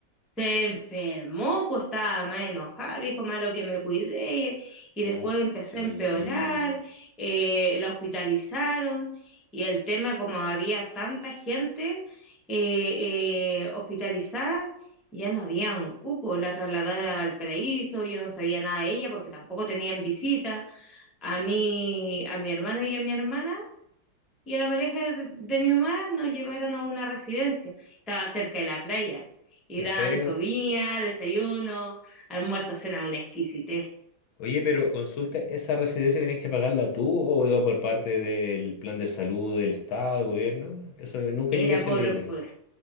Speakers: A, in the centre; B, on the left.
A: Se enfermó, pues estaba más enojada, dijo malo que me cuidé y, y
B: Pucha,
A: después empezó a empeorar,
B: qué terrible.
A: eh, la hospitalizaron y el tema como había tanta gente eh, eh, hospitalizada, ya no había un cupo, la trasladaron a Valparaíso, yo no sabía nada de ella porque tampoco tenían visita, a mí, a mi hermano y a mi hermana y a la pareja de, de mi mamá nos llevaron a una residencia. Estaba cerca de la playa y
B: ¿En
A: daban
B: serio?
A: comida, desayuno, almuerzo, cena, una exquisitez.
B: Oye, pero consulta, ¿esa residencia tenés que pagarla tú o iba por parte del plan de salud del Estado, del gobierno? Eso nunca
A: Era
B: llegué a ser
A: por,
B: libre.
A: por-